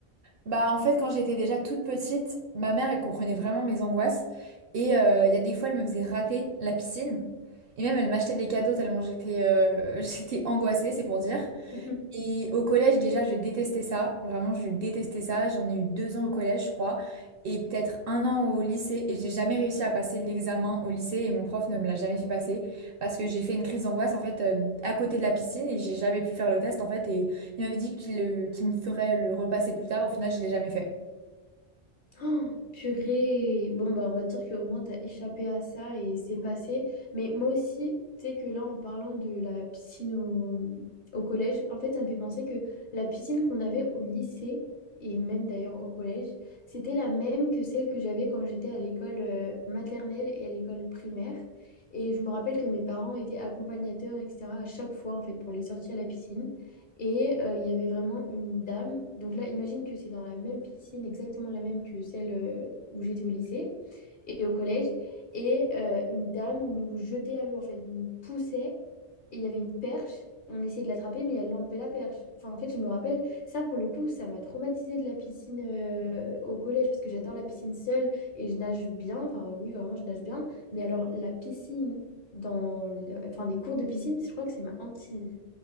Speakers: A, on the right; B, on the left.
A: Bah, en fait, quand j'étais déjà toute petite, ma mère, elle comprenait vraiment mes angoisses. Et euh, il y a des fois, elle me faisait rater la piscine. Et même, elle m'achetait des cadeaux tellement j'étais euh, <laughs> j'étais angoissée, c'est pour dire.
B: <laughs>
A: Et au collège, déjà, je détestais ça. Vraiment, je détestais ça. J'en ai eu deux ans au collège, je crois, et peut-être un an au lycée. Et j'ai jamais réussi à passer l'examen au lycée. Et mon prof ne me l'a jamais fait passer parce que j'ai fait une crise d'angoisse, en fait, euh, à côté de la piscine. Et j'ai jamais pu faire le test, en fait. Et il m'avait dit qu'il le- qu'il me ferait le repasser plus tard. Au final, je l'ai jamais fait.
B: Oh, purée. Bon, bah, on va dire qu'au moins, t'as échappé à ça et c'est passé. Mais moi aussi, tu sais que là, en parlant de la piscine au, au collège, en fait, ça me fait penser que la piscine qu'on avait au lycée, et même d'ailleurs au collège, c'était la même que celle que j'avais quand j'étais à l'école euh, maternelle et à l'école primaire. Et je me rappelle que mes parents étaient accompagnateurs, etc., à chaque fois, en fait, pour les sorties à la piscine. Et euh, il y avait vraiment une dame. Donc là, imagine que c'est dans la même piscine, exactement la même que celle euh, où j'étais au lycée et au collège. Et euh, une dame nous jetait à l'eau, en fait, nous poussait. Et il y avait une perche. On essayait de l'attraper, mais elle enlevait la perche. Enfin, en fait, je me rappelle, ça, pour le coup, ça m'a traumatisée de la piscine euh, au collège, parce que j'adore la piscine seule et je nage bien. Enfin, oui, vraiment, je nage bien. Mais alors, la piscine, dans... euh, Enfin, des cours de piscine, je crois que c'est ma hantise.